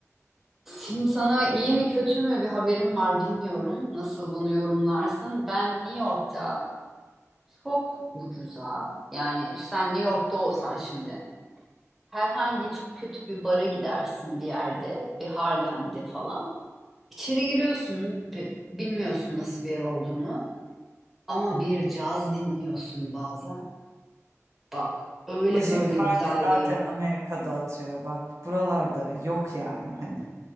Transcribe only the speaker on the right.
Başın
kardı
zaten
Amerika'da atıyor bak. Buralarda yok yani hani.